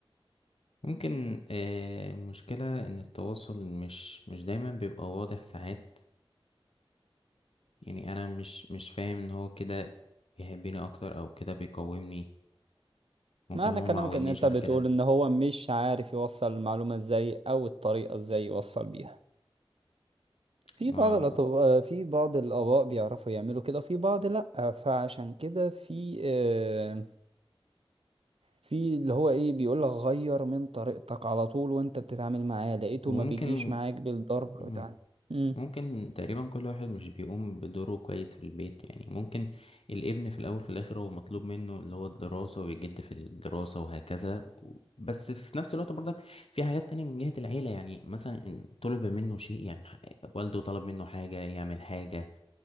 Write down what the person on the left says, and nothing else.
ممكن آه مشكلة ان التواصل مش مش دايما بيبقى واضح ساعات يعني انا مش مش فاهم ان هو كده بيحبني اكتر او كده بيقومني ممكن
هو
ما عودنيش
على
كده
ما-
وممكن
مم.
ممكن تقريبا كل واحد مش بيقوم بدوره كويس في البيت يعني ممكن الابن في الاول في الاخر هو مطلوب منه اللي هو الدراسة ويجد في الدراسة وهكذا و- بس في نفس الوقت برضك في حاجات تانية من جهة العيلة يعني مثلا إن طلب منه شيء يعني ح- والده طلب منه حاجة يعمل حاجة